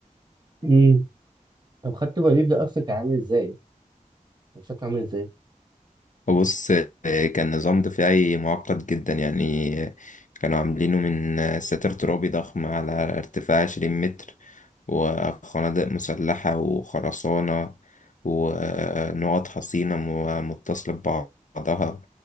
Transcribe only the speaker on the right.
امم طب خدت بريف ده أصلا كان عامل إزاي؟ كان شكله عامل إزاي؟